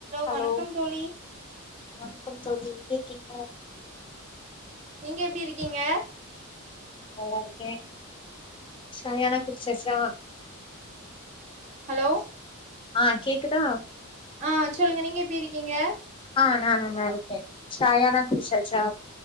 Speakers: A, on the left; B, on the right.
A: Hello
B: வணக்கம் தோழி
A: வணக்கம் எப்டி இருக்கீங்க
B: நீங்க எப்டி இருக்கீங்க
A: நல்லா இருக்கே சாயாலா குடிச்சாச்சா
B: ஹலோ
A: ஆ கேக்குதா
B: ஆ சொல்லுங்க நீங்க எப்டி இருக்கீங்க
A: ஆ நானு நல்லா இருக்கே சாயாலா குடிச்சாச் சா